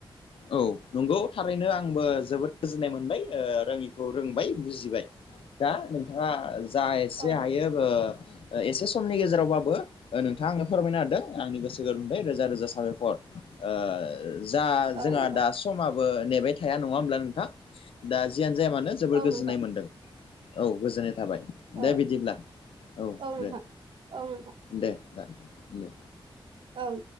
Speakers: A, on the left; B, on the right.
A: औ नंगौ थारैनो आंबो जोबोद गोजोननाय मोनबाय ओ रोङिखौ रोंबाय बुजिबाय। दा नोंथाङा जा एसे
B: औ
A: हायो ओ एसे समनि गेजेरावबाबो ओ नोंथाङा आंनो फोरमायना होदों आंनि गोसो गोरबोनिफ्राय रोजा रोजा साबायखर। ओ जा
B: औ
A: जोंहा
B: नोंथां
A: दा समाबो नेबाय थाया नङा होमब्ला नोंथां दा जियानो जाया मानो जोबोर
B: औ
A: गोजोननाय
B: नोंथां
A: मोन्दों। औ गोजोननाय थाबाय दे
B: औ
A: बिदिब्ला औ
B: नोंथां
A: दे।
B: औ नोंथां
A: दे दान दे।
B: औ